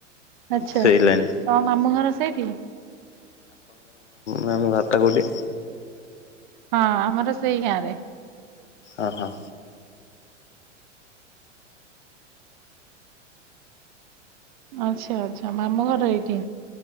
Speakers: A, on the right (about 40°); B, on the left (about 70°).
A: ଆଛା
B: ସେଇ ଲାଇନ୍
A: ତ ମାମୁଁ ଘର ସେଇଠି।
B: ମାମୁଁ ଘର ଟା କୋଉଠି।
A: ହଁ ଆମର ସେଇ ଗାଁ ରେ।
B: ଓ ହଁ।
A: ଆଚ୍ଛା ଆଚ୍ଛା ମାମୁଁ ଘର ଏଇଠି